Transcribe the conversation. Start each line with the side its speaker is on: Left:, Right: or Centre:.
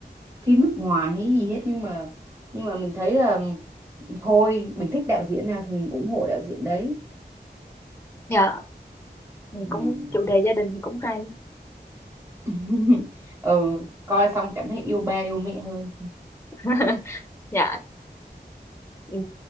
Right: phim nước ngoài hay gì hết nhưng mà nhưng mà mình thấy là thôi mình thích đạo diễn nào thì mình ủng hộ đạo diễn đấy
Left: dạ, ừ,
Right: ừ.
Left: cũng chủ đề gia đình thì cũng hay.
Right: <laughs> ừ coi xong cảm thấy yêu ba yêu mẹ hơn
Left: <laughs> Dạ. Ừ,